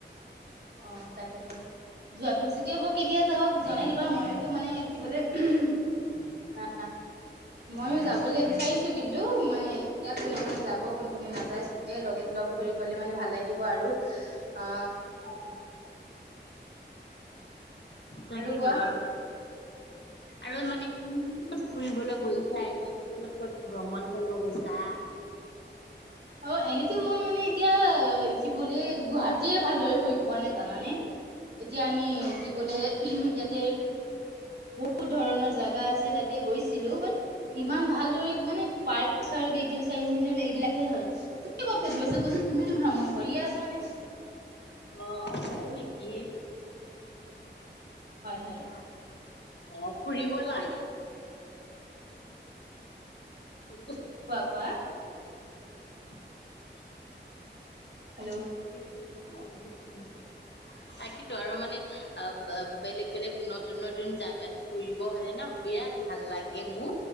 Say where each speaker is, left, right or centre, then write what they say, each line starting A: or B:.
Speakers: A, on the right; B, on the left.
A: অ' তাকেইটো। যোৱাটো বেছিকে হব, কেতিয়া যাবা জনাই দিবা মইতো মানে কি বোলে <unintelligible> অ' <unintelligible> ময়ও যাবলৈ বিচাৰিছো, কিন্তু মানে এতিয়া কোনে কোনে যাব কোনে কোনে নাযাই। এ লগে লগ ধৰি গলে মানে ভাল লাগিব আৰু। আ
B: অ' তাকেইতো
A: আৰু কোৱা
B: আৰ। আৰু মানে তুমি ক'ত ক'ত ফুৰিবলৈ গৈছা এনে? ক'ত ভ্ৰমণ কৰিব গৈছা?
A: অ' এনেতো মই মানে এতিয়া কি বুলি গুৱাহাটীয়ে ভালদৰে ফুৰি পোৱা নাই। জানানে? এতিয়া আমি কি বোলে <unintelligible> ইয়াতে বহুত ধৰণৰ জাগা আছে, তাতে গৈছিলো। বাট ইমান ভালদৰে মানে পাৰ্ক-চাৰ্ক এইটো <unintelligible> মিউজিয়াম এইবিলাকে হয়। তুমি ক'ত ক'ত গৈছা? কোৱাচোন তুমিতো ভ্ৰমণ কৰিয়ে আছা মানে?
B: অ' হয় নেকি?
A: হয় হয়।
B: অঁ, ফুৰিব লা <unintelligible>
A: কোৱা কোৱা!
B: <inaudible>
A: হেল্ল'
B: <unintelligible>
A: <unintelligible>
B: <unintelligible> আৰু মানে অ' ব-বেলেগ বেলেগ নতুন নতুন জাগাত ফুৰিব হলে ন বিৰাট ভাল লাগে মো,